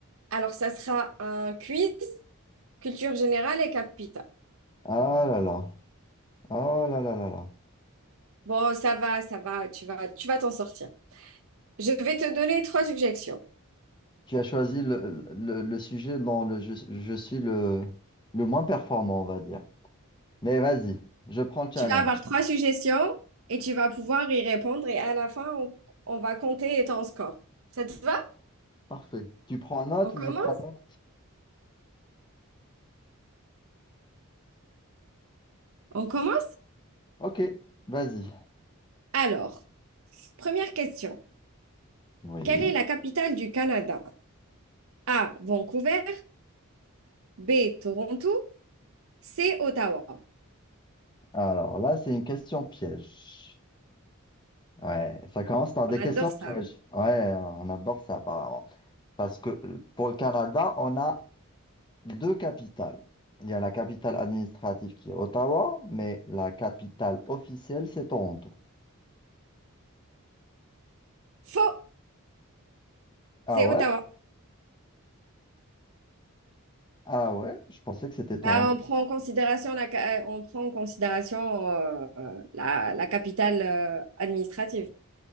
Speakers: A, on the right; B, on the left.
A: Alors ça sera un quiz culture générale et capitale.
B: Ah là là, oh là là là là.
A: Bon, ça va, ça va, tu vas, tu vas t'en sortir. Je vais te donner trois suggestions.
B: Tu as choisi le, le, le sujet dont le, je, je suis le, le moins performant, on va dire. Mais vas-y, je prends le challenge.
A: Tu vas avoir trois suggestions et tu vas pouvoir y répondre et à la fin, on, on va compter ton score. Ça te va?
B: Parfait. Tu prends note
A: On commence?
B: ou je prends note?
A: On commence?
B: Ok, vas-y.
A: Alors, première question.
B: Oui.
A: Quelle est la capitale du Canada? A, Vancouver. B, Toronto. C, Ottawa.
B: Alors là, c'est une question piège. Ouais, ça commence par des
A: On adore
B: questions pièges.
A: ça.
B: Ouais, on adore ça apparemment. Parce que euh, pour le Canada, on a deux capitales. Il y a la capitale administrative qui est Ottawa, mais la capitale officielle, c'est Toronto.
A: Faux,
B: Ah
A: c'est Ottawa.
B: ouais? Ah ouais? Je pensais que c'était Toronto.
A: Bah, on prend en considération la, ca- euh, on prend en considération euh, euh, la, la capitale euh, administrative.